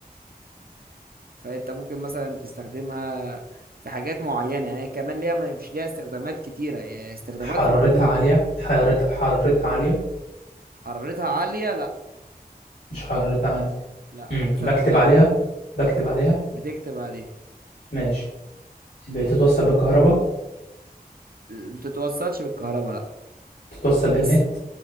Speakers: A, on the right (about 70°); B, on the left (about 80°).
A: فانت ممكن مثلا تستخدمها في حاجات معينة يعني كمان ليها مش ليها استخدامات كتيرة يعني استخداماتها
B: حرارتها
A: محدودة
B: عالية حرارتها حرارتها عالية
A: حرارتها عالية لا
B: مش حرارتها عالية
A: لا
B: امم
A: حرارتها
B: بكتب
A: مش عالية
B: عليها بكتب عليها
A: بتكتب عليها
B: ماشي بتتوصل بالكهرباء
A: بتتوصلش بالكهرباء لا
B: بتتوصل
A: بس
B: بالنت